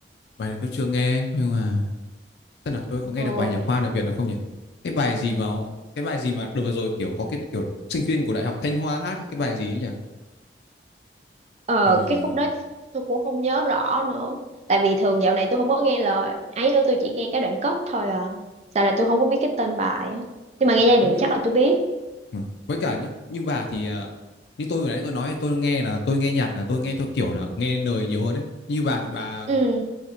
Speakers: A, on the left; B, on the right.
A: bài đấy tôi chưa nghe nhưng mà Tức là tôi có nghe
B: ờ
A: được bài nhạc Hoa đời Việt nào không nhỉ? Cái bài gì mà cái bài gì mà đợt vừa rồi kiểu có cái kiểu sinh viên của Đại học Thanh Hoa hát ấy, cái bài gì ấy nhỉ?
B: ờ
A: Ờ,
B: cái khúc đó tôi cũng không nhớ rõ nữa tại vì thường dạo này tôi không có nghe lời ấy nữa tôi chỉ nghe cái đoạn kết thôi à sao là tôi không có biết cái tên bài á nhưng mà nghe giai điệu
A: với,
B: chắc là tôi biết
A: ờ, với cả như, như bà thì ờ, như tôi vừa nãy tôi nói tôi nghe là tôi nghe nhạc là tôi nghe theo kiểu là nghe lời nhiều hơn đấy Như bà thì bà
B: ừ